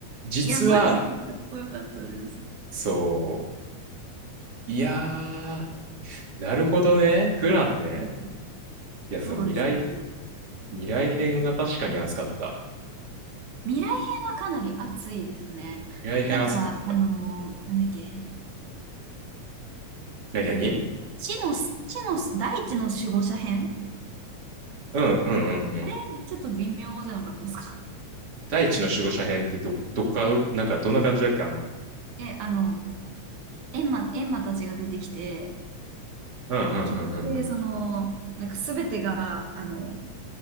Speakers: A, on the right (about 35°); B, on the right (about 80°).
A: 実は、
B: いや、マジでかっこよかったです。
A: そう。いやー、なるほどね。フランね。
B: うん
A: いや、
B: そうですね。
A: そう、未来、未来編は確かに熱かった。
B: 未来編はかなり熱いですね。
A: 未来編熱かった。
B: なんか、あのーなんだっけ、
A: なになに
B: えっと、地の地の大地の守護者編
A: うんうんうんうん。
B: あれ、ちょっと微妙じゃなかったですか
A: 第一の守護者編ってど、どっか、なんかどんな感じだっけあの、
B: え、あの、エンマ、エンマたちが出てきて、
A: うんうんうんうんうん。
B: 結局、その、なんか全てが、あの、